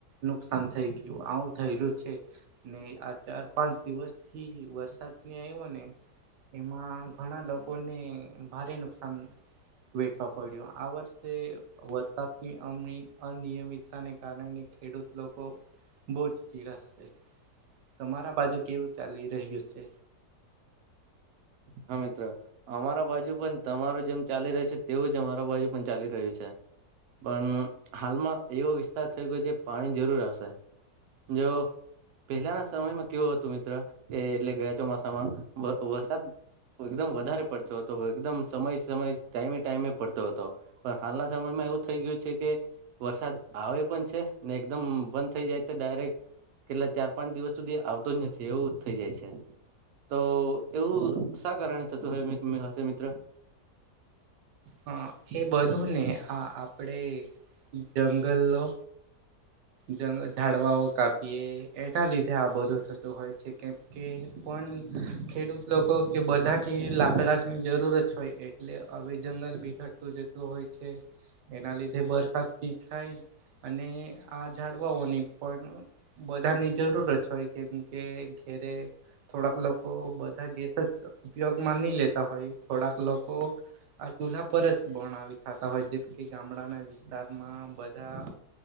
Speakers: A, on the right (about 85°); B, on the right (about 70°).
A: નુકસાન થઈ ગયું આવું થયેલું છે, ને આ ચાર પાંચ દિવસ થી વરસાદ ની આયવો એમાં ઘણા લોકોને ભારે નુકસાન વેઠવા પડ્યો આ વર્ષે વરસાદથી અમ અનિયમિત તા ને કારણે ખેડૂત લોકો બોજ નીરાસ છે. તમારા બાજુ કેવું ચાલી રહ્યું છે?
B: હા મિત્ર. અમારા બાજુ પણ તમારુ જેમ ચાલી રહ્યું છે, તેવું જ અમારા બાજુ પણ ચાલી રહ્યું છે. પણ હાલમાં એવો વિસ્તાર થઈ ગયો જે પાણી જરૂર આવશે જો પહેલાના સમયમાં કેવો હ તું મિત્ર કે એટલે ગયા ચોમાસામાં વ વરસાદ એકદમ વધારે પડતો હતો એકદમ સમય સમય ટાઈમે ટાઈમે પડતો હતો. પણ હાલના સમયમાં એવું થઈ ગયું છે કે વરસાદ આવે પણ છે ને એકદમ બંધ થઈ જાય તો ડાયરેક્ટ કેટલા ચાર પાંચ દિવસ સુધી આવતો જ નથી એવું થઈ જાય છે તો એવું શા કારણે થતું હ હશે મિત્ર?
A: હા એ બધું ને આ આપડે જંગલો જંગ ઝાડવાઓ કાપીએ એના લીધે આ બધું થતું હોય છે કેમ કે પણ ખેડૂત લોકો કે બધાથી લાકડાની જરૂરત હોય એ એટલે હવે જંગલ ભી ઘટતું જતું હોય છે. એના લીધે વરસાદ બી થાય અને આ જાડવાઓની પણ બધાની જરૂરત હોય કેમ કે ઘેરે થોડાક લોકો બધા ગેસ જ ઉપયોગમાં નહી લેતા હોય થોડાક લોકો આ ચૂલહા પર જ બણાવી ખાતા હોય જેમ કે ગામડાના વિસ્તારમાં બધા